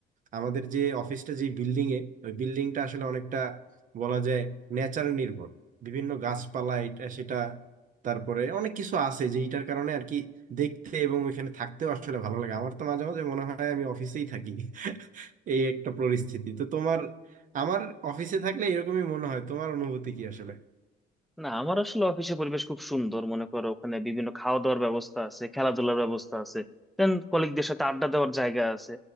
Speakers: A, on the right; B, in the centre.
A: আমাদের যে অফিসটা যে বিল্ডিং এ ওই বিল্ডিংটা আসলে অনেকটা বলা যায় নেচার নির্ভর বিভিন্ন গাছপালা এটা সেটা তারপরে অনেক কিছু আছে যেটার কারণে আর কি দেখতে এবং ওইখানে থাকতেও আসলে ভালো লাগে আমার তো মাঝে মাঝে মনে হয় আমি অফিসেই থাকি এই একটা পরিস্থিতি তো তোমার আমার অফিসে থাকলে এরকমই মনে হয় তোমার অনুভূতি কি আসলে
B: না আমার আসলে অফিসে পরিবেশ খুব সুন্দর মনে করো ওখানে বিভিন্ন খাওয়া দাওয়ার ব্যবস্থা আছে খেলাধুলার ব্যবস্থা আছে দেন কলিগদের সাথে আড্ডা দেওয়ার জায়গা আছে